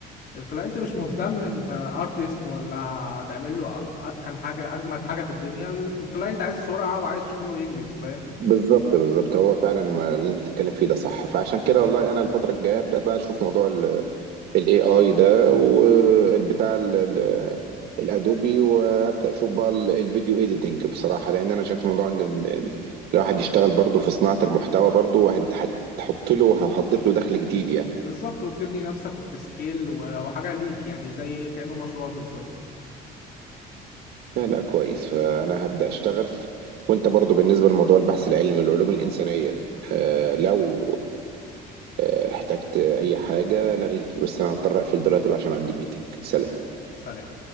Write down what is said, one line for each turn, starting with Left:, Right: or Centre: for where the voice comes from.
Left: الكلاينت مش مهتم انت ارتست ولا هتعمل له اتخن حاجه اجمد حاجه في الدنيا ال- الكلاينت عايز سرعه وعايز شغله ينجز فاهم
Right: بالظبط بالظبط هو فعلا ما- اللي انت بتتكلم فيه ده صح فعشان
Left: امم
Right: كده والله انا الفتره الجايه ابدا بقى اشوف موضوع الاي اي ده والبتاع ال- ال- الادوبي وابدا اشوف بقى ال- الفيديو ايديتنج بصراحه لان انا شايف موضوع ان ال- ال- الواحد يشتغل برضه في صناعه المحتوى برضه واحد هتحط له هتضيف له دخل جديد يعني
Left: بالظبط وبتبني نفسك وبتسكيل و- وحاجه ليك يعني زي كانه مشروع بالظبط
Right: لا لا كويس فأنا هبدأ أشتغل وأنت برضو بالنسبة لموضوع البحث العلمي والعلوم الإنسانية آه لو آه احتجت أي حاجة لغيني بس أنا هضطر أقفل دلوقتي بقى عشان عندي ميتنج سلام
Left: سلام